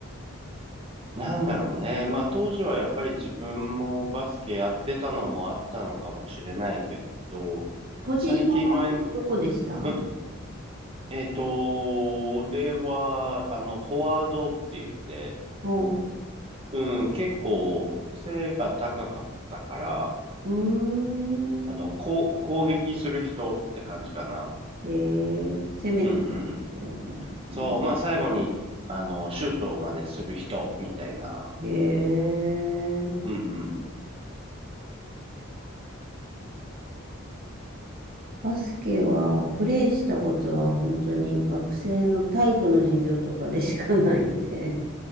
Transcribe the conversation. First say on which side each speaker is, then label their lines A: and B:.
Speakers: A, on the right (about 25°); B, on the right (about 45°).
A: なんだろうね。まあ当時はやっぱり自分もバスケやってたのもあったのかもしれないけど、
B: ポジションはどこでした
A: 最近のえ、うんえっと、俺は、あの、フォワードって言って、
B: おう。
A: うん、結構背が高かったから、
B: うーん、
A: あの、こう、攻撃する人って感じかな。
B: えー、攻めて
A: うんうん。
B: だったんですね。
A: そう、まあ最後に、あの、シュートまでする人みたいな。
B: えー、
A: うんうん。
B: バスケはプレイしたことは本当に学生の体育の授業とかでしかないんで。